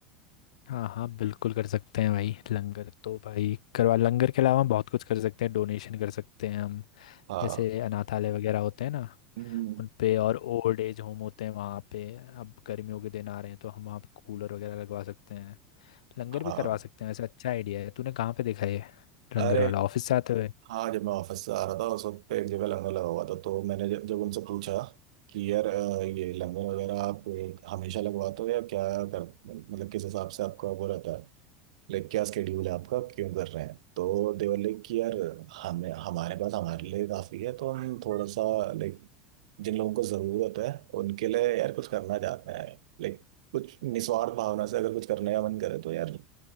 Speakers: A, on the left; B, on the right.
A: हाँ हाँ बिल्कुल कर सकते हैं भाई लंगर तो भाई करवा लंगर के अलावा हम बहुत कुछ कर सकते हैं डोनेशन कर सकते हैं हम
B: हाँ
A: जैसे अनाथालय वगैरह होते हैं ना
B: हम्म,
A: उन पे और ओल्ड एज होम होते हैं वहाँ पे अब गर्मियों के दिन आ रहे हैं तो हम वहाँ पे कूलर वगैरह लगवा सकते हैं लंगर
B: हाँ
A: भी करवा सकते हैं वैसे अच्छा आइडिया है तूने कहाँ पे देखा ये लंगर
B: अरे
A: वाला ऑफिस से आते हुए
B: हाँ जब मैं ऑफिस से आ रहा था उस वक्त पे एक जगह लंगर लगा हुआ था तो मैंने जब, जब उनसे पूछा कि यार अ, ये लंगर वगैरह आप हमेशा लगवाते हो या क्या कर मतलब किस हिसाब से आपका वो रहता है लाइक क्या स्केड्यूल है आपका क्यों कर रहे हैं तो देवर लाइक कि यार हमें हमारे पास हमारे लिए काफ़ी है तो हम थोड़ा सा लाइक जिन लोगों को ज़रूरत है उनके लिए यार कुछ करना चाहते हैं लाइक कुछ निस्वार्थ भावना से अगर कुछ करने का मन करे तो यार